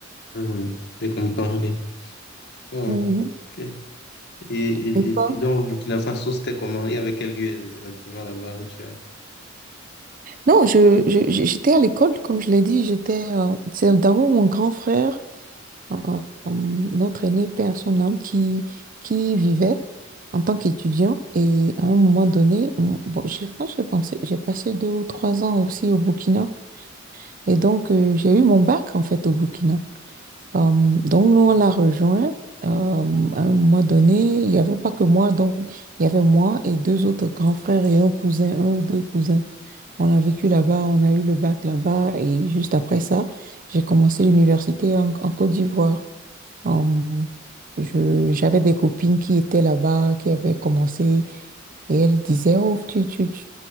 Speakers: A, on the left; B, on the right.
A: Mhm. Je comprends, oui. Ah,
B: Mhm.
A: ok. Et, et,
B: Et pas-
A: et et dans le Burkina Faso, c'était comment? Il y avait quel lieu exactement là-bas que tu as?
B: Non, je, je- je- j'étais à l'école, comme je l'ai dit, j'étais, euh, c'est d'abord mon grand frère, euh, euh, notre aîné, père à son âme, qui, qui vivait en tant qu'étudiant. Et à un moment donné, on- bon, j'ai, franchement, j'ai pensé, j'ai passé deux ou trois ans aussi au Burkina. Et donc, euh, j'ai eu mon bac, en fait, au Burkina. Euh, donc, nous, on
A: Mhm.
B: l'a rejoint. Euh, à un moment donné, il n'y avait pas que moi. Donc, il y avait moi et deux autres grands frères et un cousin, un ou deux cousins. On a vécu là-bas, on a eu le bac là-bas. Et juste après ça, j'ai commencé l'université en, en Côte d'Ivoire. Euh, je- j'avais des copines qui étaient là-bas, qui avaient commencé. Et elle disait, oh, tu, tu, tu-